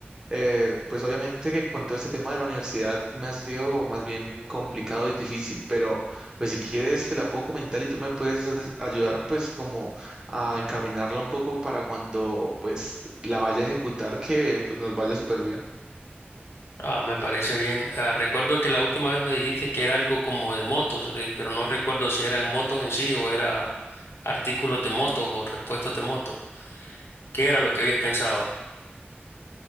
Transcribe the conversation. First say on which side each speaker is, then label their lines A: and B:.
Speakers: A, on the right (about 20°); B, on the left (about 85°).
A: eh, pues obviamente que con todo este tema de la universidad me ha sido más bien complicado y difícil, pero pues si quieres te la puedo comentar y tú me puedes as- ayudar pues como a encaminarla un poco para cuando pues la vaya a ejecutar que pues nos vaya súper bien.
B: Ah, me parece bien. Ah, recuerdo que la última vez me dijiste que era algo como de motos, eh, pero no recuerdo si eran motos en sí o era artículos de motos o repuestos de motos. ¿Qué era lo que habías pensado?